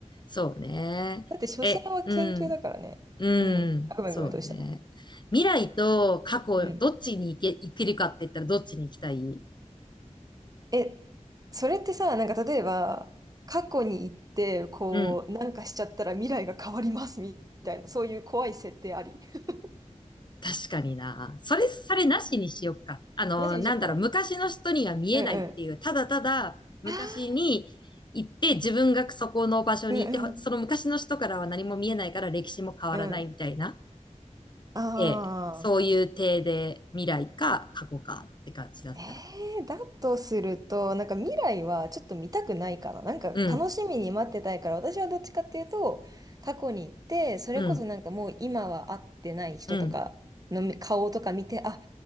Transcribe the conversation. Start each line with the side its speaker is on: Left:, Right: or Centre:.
Left: そうね。
Right: だって所詮は研究だからね。
Left: え、うん。うん。
Right: うん。あ、ごめんごめん、
Left: そうね。
Right: どうした
Left: 未来と過去、
Right: うん。
Left: どっちに行け、行けるかって言ったらどっちに行きたい
Right: え、それってさ、なんか例えば、過去に行って、こう、
Left: うん。
Right: なんかしちゃったら未来が変わりますみたいな、そういう怖い設定あり。<laughs>
Left: 確かにな。それ、それなしにしよっか。あの、
Right: なしにしようか。
Left: なんだろう、昔の人には見えないっていう、
Right: うんうん。
Left: ただただ昔に行って自分がそこの場所にいて、
Right: あーうん
Left: ほその昔の人からは何も見えないから歴史も変わらないみたいな。
Right: うん。うん。あ
Left: ええ、そういう体で未来か過去かって感じだったら。
Right: えー、だとすると、なんか未来はちょっと見たくないかな。なんか楽しみに待ってたいから、
Left: うん、
Right: 私はどっちかっていうと、過去に行って、それこそなんかもう今は会ってない人とかの顔とか見て、
Left: うん、うん、
Right: あ、